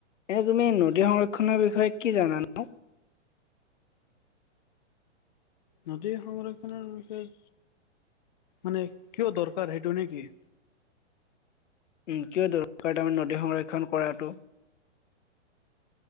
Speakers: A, on the left; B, on the left.
A: এনে তুমি নদী সংৰক্ষণৰ বিষয়ে কি জানানো?
B: নদী সংৰক্ষণৰ বিষয়ে মানে কিয় দৰকাৰ সেইটো নেকি?
A: উম, কিয় দৰকাৰ তাৰমানে নদী সংৰক্ষণ কৰাটো?